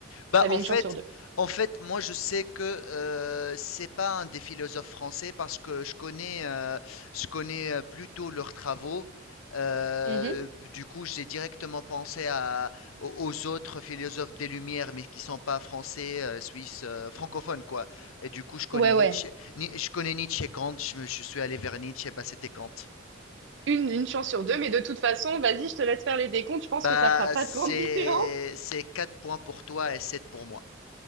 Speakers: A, on the left; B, on the right.
A: Bah,
B: T'avais
A: en
B: une
A: fait
B: chance sur deux.
A: en fait, moi, je sais que euh, c'est pas un des philosophes français parce que je connais, euh, je connais euh, plutôt leurs travaux. Euh,
B: Mhm.
A: du coup, j'ai directement pensé à, aux aux autres philosophes des Lumières, mais qui sont pas français, euh, suisses, euh, francophones, quoi. Et du coup, je connais
B: Ouais,
A: Nietzsche,
B: ouais.
A: Ni- je connais Nietzsche et Kant. Je, me- je suis allé vers Nietzsche, et bah, c'était Kant.
B: Une, une chance sur deux, mais de toute façon, vas-y, je te laisse faire les décomptes, je pense
A: Bah,
B: que ça fera pas
A: c'est,
B: de grande <laughs> différence.
A: c'est 4 points pour toi et 7 pour moi.